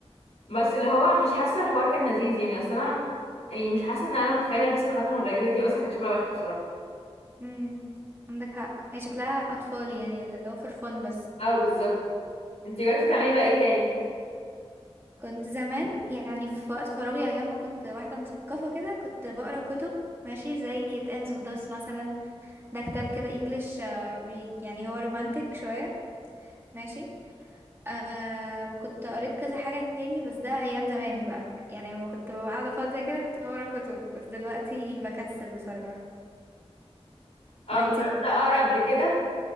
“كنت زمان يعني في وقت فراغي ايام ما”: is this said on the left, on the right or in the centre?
Right